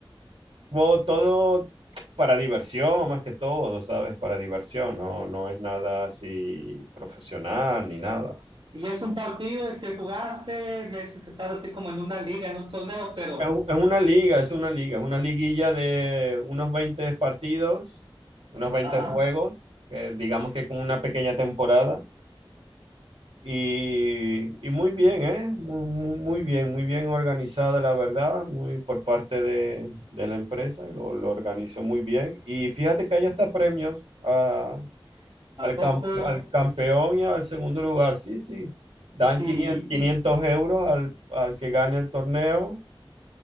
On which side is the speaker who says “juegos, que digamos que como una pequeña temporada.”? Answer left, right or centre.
Right